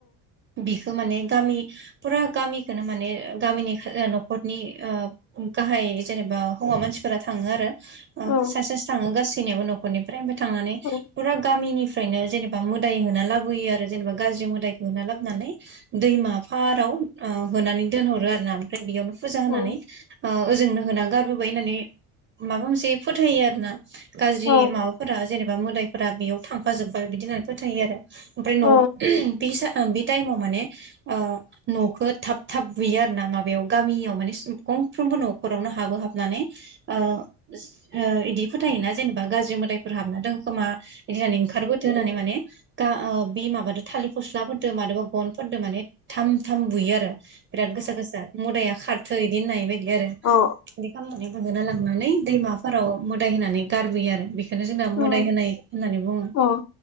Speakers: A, on the right; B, on the left.
A: बेखौ माने गामि फुरा गामिखोनो माने गामिनि न'खरनि गाहाय जेनेबा हौवा मानसिफोरा थाङो आरो
B: औ
A: सासे सासे थाङो गासैनियाबो न'खरनिफ्राय थांनानै
B: औ
A: फुरा गामिनिफ्रायनो जेने बा मोदाय होना लाबोयो आरो जेनेबा गाज्रि मोदायखौ होना लाबोनानै दैमा फाराव ओ होनानै दोनहरो आरो ना ओमफ्राय बेयावनो फुजा होनानै
B: औ
A: ओजोंनो होना गारबोबाय होननानै माबा मोनसे फोथायो आरो ना गाज्रि
B: औ
A: माबाफोरा जेनेबा मोदाय फोर बेयाव थांफाजोब्बाय बिदि होननानै फोथायो आरो ओमफ्राय न'आव
B: औ
A: बे सा-बे टाइमाव माने ओ न'खो थाब थाब बुयो आरो ना माबायाव गामियाव माने गंफ्रोमबो न'खरावनो हाबो हाबनानै औ ओ इदि फोथायोना जेनेबा गाज्रि मोदायफोर हाबना दं खोमा बिदि होननानै ओंखारबोदो होननानै माने गा ओ बे माबादो थालिर फस्लाफोरदो माबा गनफोरदो माने थाम थाम बुयो आरो। बिराद गोसा गोसा मोदाया खारथो इदि होननाय बायदि आरो।
B: औ
A: बिदि खालामनानै होना लांनानै दैमा फोराव मोदाय होनानै गारबोयो आरो बेखौनो जोंना
B: औ
A: मोदाय होनाय होननानै बुङो।
B: औ